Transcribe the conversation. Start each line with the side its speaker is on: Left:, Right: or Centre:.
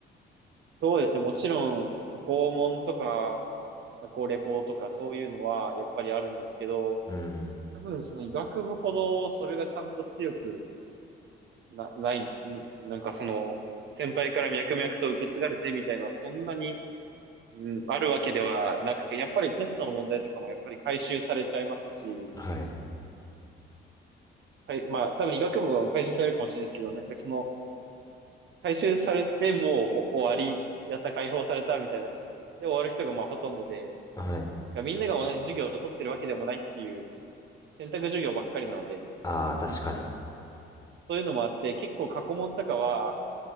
Right: そうですね。もちろん、過去問とか、過去レポとかそういうのは、やっぱりあるんですけど、
Left: うん
Right: 多分その医学部ほど、それがちゃんと強くな、ない、んなんかその、先輩から脈々と受け継がれてみたいのはそんなに、うん、あるわけではなくて、やっぱりテストの問題とかもやっぱり回収されちゃいますし、
Left: はい
Right: はい、まあ、多分医学部は回収されるかもしれないですけど、なんかその、回収されてもうお終わり、やった、解放されたみたいな。で、終わる人がまあほとんどで、
Left: はい
Right: なんかみんなが同じ授業を取ってるわけでもないっていう選択授業ばっかりなので、
Left: ああ確かに
Right: そういうのもあって、結構過去問とかは、